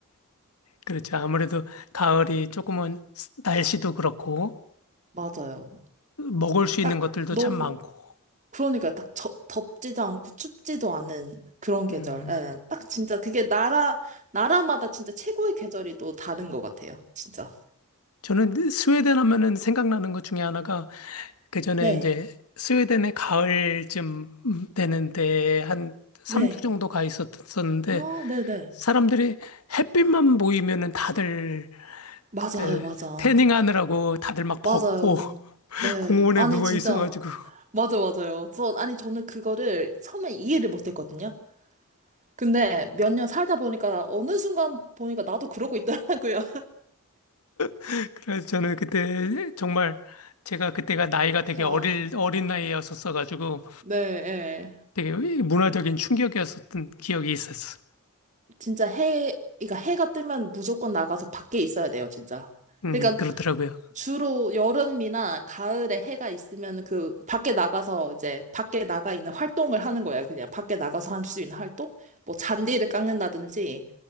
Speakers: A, on the left; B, on the right.
A: 그렇죠. 아무래도 가을이 조금은 날씨도 그렇고,
B: 맞아요.
A: 먹을 수
B: 딱
A: 있는 것들도
B: 너무
A: 참 많고.
B: 그러니까 딱 저, 덥지도 않고 춥지도 않은 그런 계절.
A: 음.
B: 예, 딱 진짜 그게 나라 나라마다 진짜 최고의 계절이 또 다른 것 같아요. 진짜.
A: 저는 스웨덴 하면은 생각나는 것 중에 하나가 그 전에
B: 네.
A: 이제 스웨덴의 가을쯤 되는데 한 3주
B: 네.
A: 정도 가 있었었는데
B: 아, 네네.
A: 사람들이 햇빛만 보이면은 다들
B: 맞아요,
A: 그
B: 맞아.
A: 태닝하느라고 다들 막
B: 맞아요.
A: 벗고 <laughs>
B: 네.
A: 공원에
B: 아니,
A: 누워
B: 진짜.
A: 있어가지고
B: 맞아, 맞아요. 저, 아니, 저는 그거를 처음에 이해를 못 했거든요. 근데 몇 년 살다 보니까 어느 순간 보니까 나도 그러고 있더라고요.
A: <laughs> 그래서 저는 그때 정말 제가 그때가 나이가
B: <laughs>
A: 되게
B: 해요.
A: 어릴 어린 나이였었어가지고
B: 네, 예.
A: 되게 문화적인 충격이었었던 기억이 있었어.
B: 진짜 해, 그러니까 해가 뜨면 무조건 나가서 밖에 있어야 돼요, 진짜.
A: 음,
B: 그러니까
A: 그렇더라고요.
B: 주로 여름이나 가을에 해가 있으면 그 밖에 나가서 이제 밖에 나가 있는 활동을 하는 거예요. 그냥 밖에 나가서 할 수 있는 활동? 뭐 잔디를 깎는다든지,